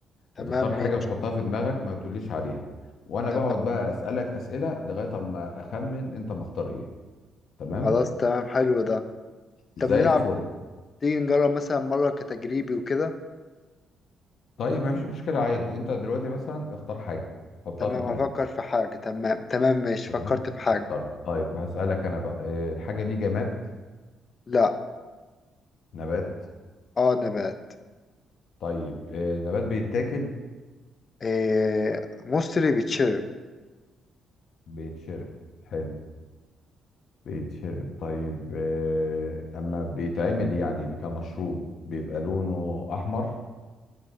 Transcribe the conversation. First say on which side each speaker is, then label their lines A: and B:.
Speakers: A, on the left; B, on the left.
A: تمام
B: بتختار حاجة
A: ماشي
B: تحطها في دماغك ما تقوليش عليها وانا
A: تمام
B: بقعد بقى اسألك اسئلة لغاية اما اخمن انت مختار ايه تمام
A: خلاص تمام حلو ده
B: زي
A: طب نلعب
B: الفل
A: تيجي نجرب مثلا مرة كتجريبي وكده
B: طيب ما فيش مشكلة عادي انت دلوقتي مثلا اختار حاجة حطها
A: تمام
B: في دماغك
A: افكر في حاجة تمام تمام ماشي
B: تمام
A: فكرت في حاجة
B: اختار طيب هسألك انا بقى إيه، الحاجة دي جماد
A: لا
B: نبات
A: اه نبات
B: طيب إيه، نبات بيتاكل
A: إيه مصري بيتشرب
B: بيتشرب حلو بيتشرب طيب آه، اما بيتعمل يعني كمشروب بيبقى لونه احمر